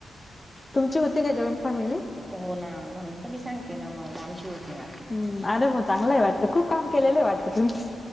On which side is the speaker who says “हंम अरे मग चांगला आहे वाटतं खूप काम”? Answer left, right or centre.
Left